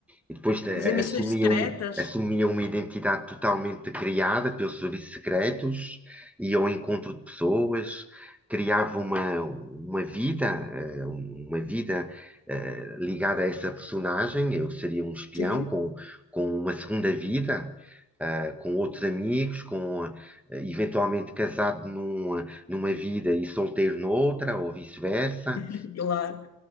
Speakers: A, in the centre; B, on the left.
A: E depois eh,
B: fazer missões
A: assumia
B: secretas.
A: uma, assumia uma identidade totalmente criada pelos serviços secretos, ia ao encontro de pessoas, criava uma, uma vida, eh, um, uma vida eh, ligada a essa personagem. Eu seria um espião
B: Sim,
A: com, com uma segunda vida, ah, com outros amigos, com eh, eventualmente casado numa, numa vida e solteiro noutra, ou vice-versa
B: <laughs> claro.